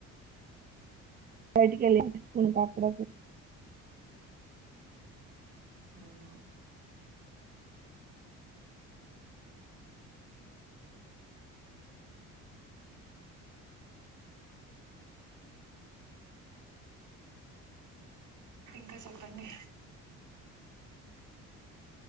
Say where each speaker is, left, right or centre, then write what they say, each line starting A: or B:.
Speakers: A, on the right; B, on the right.
A: బయటికి వెళ్ళకు కాప్పుడ
B: అవున ఇంకా చెప్పండి